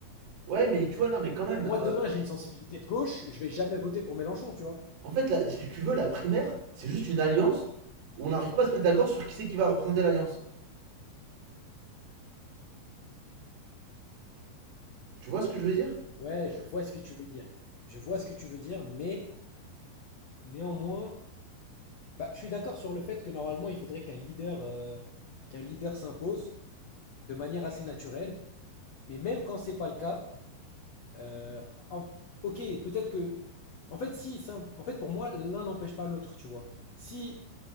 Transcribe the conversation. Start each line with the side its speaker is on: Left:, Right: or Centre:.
Right: Ouais, mais tu vois, non, mais quand même,
Left: Moi, demain,
Right: euh,
Left: j'ai une sensibilité de gauche, je vais jamais voter pour Mélenchon, tu vois?
Right: en fait, là, si tu veux, la primaire, c'est juste une alliance où on n'arrive pas à se mettre d'accord sur qui c'est qui va représenter l'alliance. Tu vois ce que je veux dire?
Left: Ouais, je vois ce que tu veux dire. Je vois ce que tu veux dire, mais néanmoins. Bah, je suis d'accord sur le fait que normalement, il faudrait qu'un leader, euh, qu'un leader s'impose de manière assez naturelle. Mais même quand c'est pas le cas, euh, en- ok, peut-être que, en fait, si, s'im- en fait, pour moi, l'un n'empêche pas l'autre, tu vois. Si